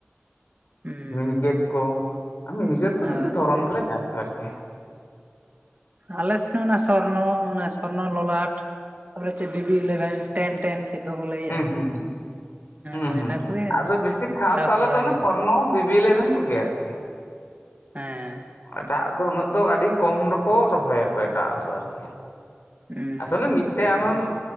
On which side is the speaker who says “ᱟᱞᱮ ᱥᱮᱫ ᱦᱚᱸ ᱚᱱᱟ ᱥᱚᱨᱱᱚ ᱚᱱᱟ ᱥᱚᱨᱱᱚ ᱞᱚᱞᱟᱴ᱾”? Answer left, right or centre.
Right